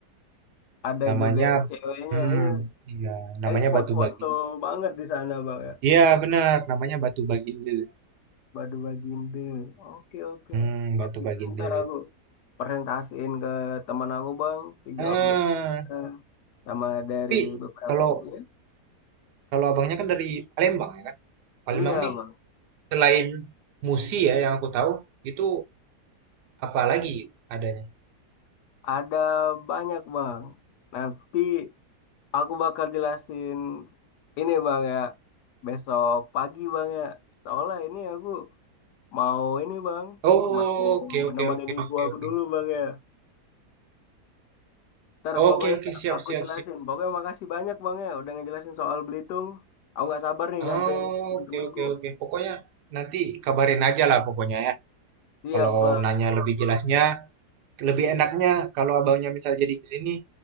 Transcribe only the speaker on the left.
ada
juga yang ceweknya
ya
Jadi spot
foto
banget di sana bang ya
Badu bagian b Oke, oke.
Itu
Ntar aku presentasiin ke teman aku, Bang. Tiga
objek. eh, Sama dari
beberapa
bentuknya.
Iya,
Bang.
Ada banyak, Bang. Nanti aku bakal jelasin ini, Bang, ya. Besok pagi, Bang, ya. Soalnya ini aku mau ini, Bang.
Mau
nemenin
ibu
aku
dulu, Bang, ya. Ntar pokoknya
aku
jelasin.
Pokoknya makasih banyak Bang ya udah ngejelasin soal Belitung. Aku nggak sabar nih nyampein
ke temen-temenku.
Siap
Bang.